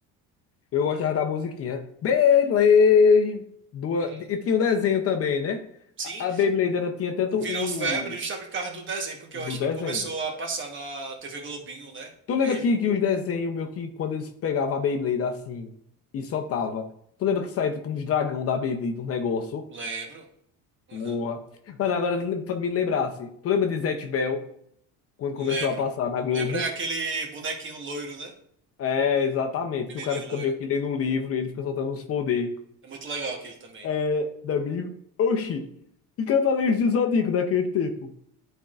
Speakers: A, on the left (about 40°); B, on the right (about 35°).
A: Eu gostava da musiquinha. Beyblade! Do,
B: Uhum.
A: e tinha o desenho também, né?
B: Sim,
A: A a Beyblade era, tinha tanto
B: virou
A: o
B: febre justamente por causa do desenho, porque
A: do
B: eu acho
A: desenho.
B: que começou a passar na TV Globinho, né?
A: Tu lembra
B: e aí
A: que, que os desenhos, meu, que quando eles pegavam a Beyblade assim e soltava. Tu lembra que saía tipo uns dragão da Beyblade, um negócio?
B: Lembro.
A: Porra.
B: Uhum.
A: Mano, agora pra me lembrasse. Tu lembra de Zatch Bell, quando
B: Lembro.
A: começou a passar na Globo?
B: Lembro, é aquele bonequinho loiro, né?
A: É, exatamente.
B: Menininho
A: Que o cara fica
B: loiro.
A: meio que lendo um livro e ele fica soltando uns poderes.
B: É muito legal aquele também.
A: É, da minha. Oxi! E Cavaleiros do Zodíaco naquele tempo?